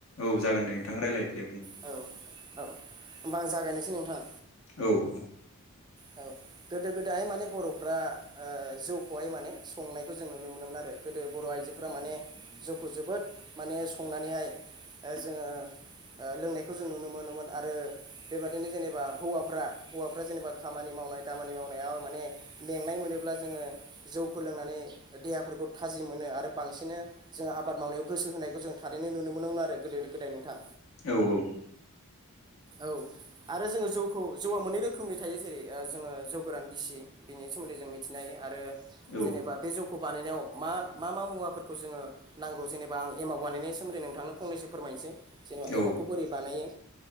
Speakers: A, on the left; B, on the right.
A: औ जागोन दे नोंथां रायलाय। दे बुं
B: औ औ होमबा आं जागायनोसै नोंथां।
A: औ औ।
B: औ गोदो गोदाय माने बर'फ्रा ओ जौखौहाय माने संनायखौ जों नुनो मोनोमोन आरो। गोदो बर' आइजोफ्रा माने जौखौ जोबोद माने संनानैहाय ओ जोङो ओ लोंनायखौ जों नुनो मोनोमोन आरो बेबादिनो जेनेबा हौवाफ्रा हौवाफ्रा जेनेबा खामानि मावनाय दामानि मावनायाव माने मेंनाय मोनोब्ला जोङो जौखौ लोंनानै देहाफोर खौ थाजि मोनो आरो बांसिन जोंङो आबाद मावनायाव गोसो होनायखौ जों थारैनो नुनो मोनोमोन आरो गोदो गोदाय नोंथां।
A: औ औ।
B: औ आरो जोङो जौखौ जौआ मोननै रोखोमनि थायो जेरै ओ जोङो जौ गोरान गिसि बिनि सोमोन्दै जों मिथिनो हायो आरो
A: औ
B: जेनेबा बे जौ बानायनायाव मा मा मा मुवाफोरखौ जोङो नांगौ जेनेबा आं एमाव बानायनायनि सोमोन्दै नोंथांनो फंनैसो फोरमायनोसै। जेन'बा एमावखौ
A: औ
B: बोरै बानायो